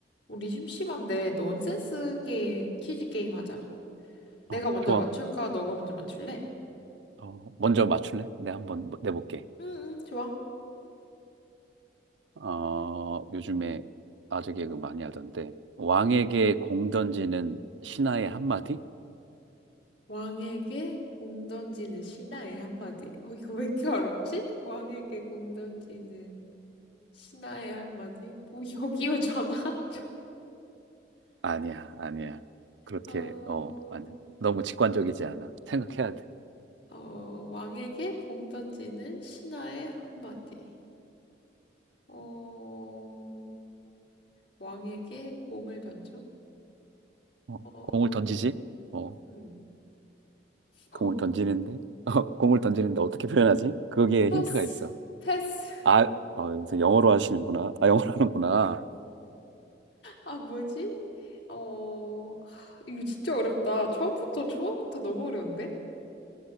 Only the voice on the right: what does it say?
어,
좋아.
어, 먼저 맞출래? 내가 한번 뭐, 내볼게.
어, 요즘에 아재 개그 많이 하던데. 왕에게 공 던지는 신하의 한마디?
아니야, 아니야. 그렇게,
어, 아니야. 너무 직관적이지 않아. 생각해야 돼.
어,
공을 던지지? 어,
공을 던지는데? <laughs> 어, 공을 던지는데 어떻게 표현하지? 거기에
힌트가 있어.
아, 어, 무슨 영어로 하시는구나. 아, 영어로 하는구나.